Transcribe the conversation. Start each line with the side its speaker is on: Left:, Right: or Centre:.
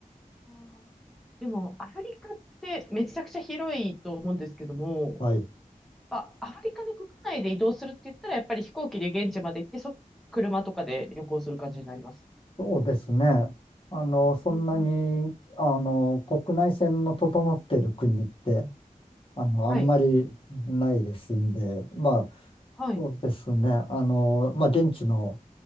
Centre: あーでも、アフリカってめちゃくちゃ広いと思うんですけども、
Left: はい。
Centre: やっぱアフリカの国内で移動するって言ったら、やっぱり飛行機で現地まで行って、そ、車とかで旅行する感じになります。
Left: そうですね。あの、そんなに、
Centre: うんうん。
Left: あの、国内線の整っている国って、あの、
Centre: はい。
Left: あんまりないですんで、まあ、
Centre: はい。
Left: そうですね。あの、まあ、現地の